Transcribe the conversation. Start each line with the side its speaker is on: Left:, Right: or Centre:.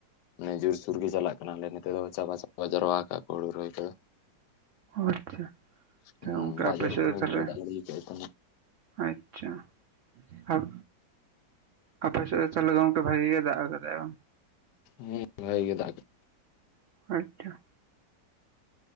Left: ᱢᱟᱱᱮ ᱡᱩᱨᱥᱩᱨ ᱜᱮ ᱪᱟᱞᱟᱜ ᱠᱟᱱᱟ ᱟᱞᱮ ᱱᱤᱛᱮ ᱫᱚ ᱪᱟᱵᱟ ᱪᱟᱵᱟ ᱡᱟᱨᱣᱟ ᱟᱠᱟᱜ ᱠᱚ ᱦᱳᱲᱳ ᱨᱚᱦᱚᱭ ᱠᱚᱫᱚ ᱾
Right: ᱟᱪᱪᱷᱟ ᱛᱚ
Left: ᱦᱩᱸ
Right: ᱜᱚᱝᱠᱮ
Left: ᱫᱟᱜ
Right: ᱟᱯᱮ
Left: ᱡᱟᱹᱲᱤ
Right: ᱥᱮᱫ
Left: ᱠᱚ
Right: ᱫᱚ
Left: ᱵᱷᱟᱜᱤ
Right: ᱛᱟᱦᱚᱞᱮ
Left: ᱜᱮ ᱫᱟᱜ
Right: ᱾
Left: ᱡᱟᱹᱲᱤ ᱠᱮᱫ ᱛᱟᱦᱮᱱᱟ
Right: ᱟᱪᱪᱷᱟ ᱟᱨ ᱟᱯᱮ ᱥᱮᱫ ᱫᱚ ᱛᱟᱦᱚᱞᱮ ᱜᱚᱝᱠᱮ ᱵᱷᱟᱹᱜᱤ ᱜᱮ ᱫᱟᱜ ᱟᱠᱟᱫᱟᱭ ᱵᱟᱝ ᱾
Left: ᱦᱮᱸ ᱵᱷᱟᱹᱜᱤ ᱜᱮ ᱫᱟᱜ ᱟᱠᱟᱭ ᱾
Right: ᱟᱪᱪᱷᱟ ᱾